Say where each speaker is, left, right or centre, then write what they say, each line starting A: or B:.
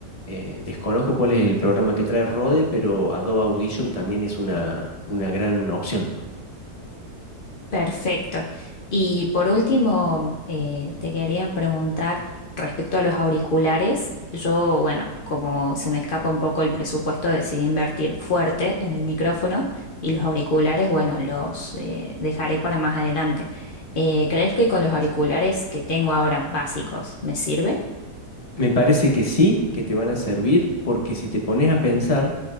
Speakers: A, on the left (about 30°); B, on the left (about 70°).
A: Eh, desconozco cuál es el programa que trae Rode, pero Adobe Audition también es una, una gran opción.
B: Perfecto. Y por último, eh, te quería preguntar respecto a los auriculares. Yo, bueno, como se me escapa un poco el presupuesto, decidí invertir fuerte en el micrófono y los auriculares, bueno, los eh, dejaré para más adelante. Eh, ¿crees que con los auriculares que tengo ahora básicos me sirve?
A: Me parece que sí, que te van a servir, porque si te pones a pensar,